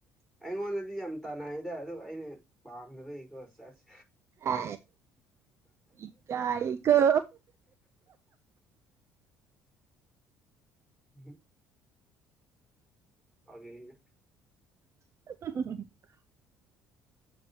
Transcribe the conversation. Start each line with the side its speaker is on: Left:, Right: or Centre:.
Centre: ꯑꯩꯉꯣꯟꯗꯗꯤ ꯌꯥꯝ ꯇꯅꯥꯏꯗ ꯑꯗꯣ ꯑꯩꯅ ꯄꯥꯝꯅꯕꯩꯀꯣ ꯆꯁ
Right: ꯑ ꯏ ꯀꯥꯏ ꯀꯣ
Centre: ꯎꯝ ꯑꯒꯦ ꯏ
Right: <inaudible>